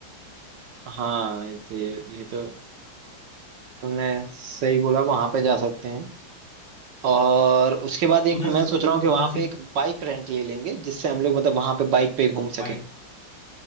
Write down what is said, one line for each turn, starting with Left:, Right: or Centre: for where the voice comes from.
Right: हाँ ये ये तो तुमने सही बोला वहां पे जा सकते हैं और उसके बाद एक
Left: उधर
Right: मैं सोच रहा हूँ कि वहां
Left: उधर से
Right: पे एक बाइक रेंट ले लेंगे जिससे हम लोग मतलब वहां पे बाइक पे घूम
Left: बाइक
Right: सके